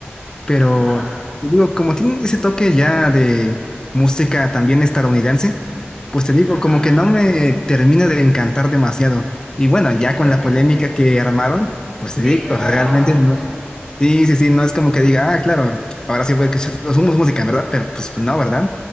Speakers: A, on the left; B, on the right.
A: pero
B: ajá,
A: te digo, como tiene ese toque ya de música también estadounidense pues te
B: ajá,
A: digo, como que no me termina de encantar demasiado.
B: <laughs>
A: Y bueno,
B: sí,
A: ya
B: te
A: con
B: entiendo.
A: la polémica que armaron, pues
B: Sí,
A: te digo,
B: peor
A: realmente
B: aún.
A: no. Sí, sí, sí, no es como que diga, ah, claro, ahora sí, pues que so, so, somos música, ¿verdad? Pero pues no, ¿verdad?